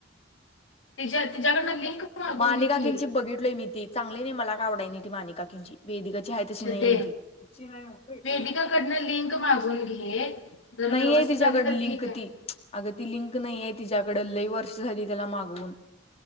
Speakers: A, on the left (about 85°); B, on the left (about 30°).
A: तिच्या तिच्याकडून लिंक मागून
B: मानी
A: घे
B: काकी
A: की
B: न ची बघितलोय मी ती चांगली नाही मला का आवडाय नाही ती मानी काकीची वेदिकाची आहे तशी
A: श्रद्धे
B: नाही आहे ती. <inaudible>
A: वेदिकाकडनं लिंक मागून घे जर
B: नाहीये
A: व्यवस्थित
B: तिच्याकड
A: आली तर
B: लिंक
A: ठीक आहे
B: ती अग ती लिंक नाहीये तिच्याकडे लही वर्ष झाली त्याला मागवून